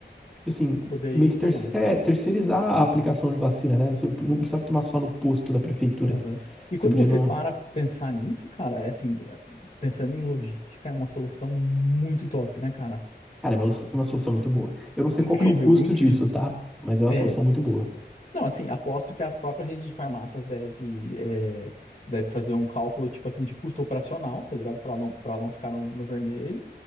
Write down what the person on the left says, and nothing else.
poder
ir
tomar.
Aham. E
quando
você
para pensar nisso, cara, é assim, é, pensando em logística, é uma solução muito top, né, cara?
Incrível,
incrível.
É,
Não, assim, aposto que a própria rede de farmácias deve, é, deve fazer um cálculo, tipo assim, de custo operacional, tá ligado? Para não, para não ficar no, no vermelho